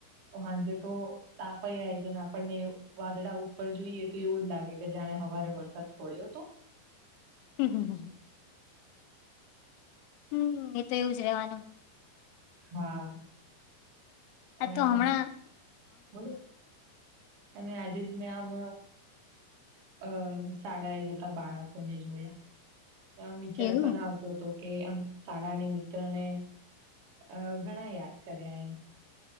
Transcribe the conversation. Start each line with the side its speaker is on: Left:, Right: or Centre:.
Right: હાજ તો તાપ આઈ છેને આપણને વાદળ ઉપર જોઈએ તો એવું જ લાગે કે જાણે હવારે વરસાદ પડ્યો હતો
Left: હમ હમ હમમ હમ એ તો એવું જ રવાનું
Right: હા અને
Left: તો
Right: આ
Left: હમણાં
Right: બોલો અને આજે જ મે આમ અ શાળા એ જતા બાળકોને જોયા એમ વિચાર
Left: એવું
Right: પણ આવતો હતો કે આમ શાળાની મિત્રને અ ઘણા યાદ કર્યા એમ